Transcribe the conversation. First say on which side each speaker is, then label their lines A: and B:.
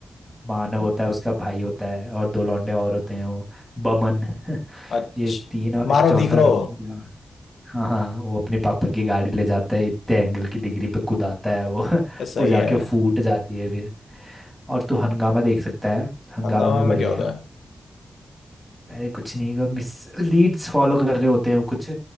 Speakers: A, in the centre; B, on the left (about 80°).
A: मानव होता है उसका भाई होता है और दो लौंडे और होते हैं वो बमन <laughs>
B: अच्छा
A: ये तीन और एक
B: मारो
A: चौथा
B: दीख रो
A: बंदा, हाँ हाँ वो अपने पापा की गाड़ी ले जाता है इतने एंगल की डिग्री पे कूदाता है वो <laughs>
B: ये सही
A: वो जाके
B: है
A: फूट जाती है फिर और तू हंगामा देख सकता है हंगामा
B: हंगामा
A: भी बढ़िया
B: में क्या होता
A: है
B: है
A: अरे कुछ नहीं का मिस लीड्स फॉलो कर रहे होते हैं वो कुछ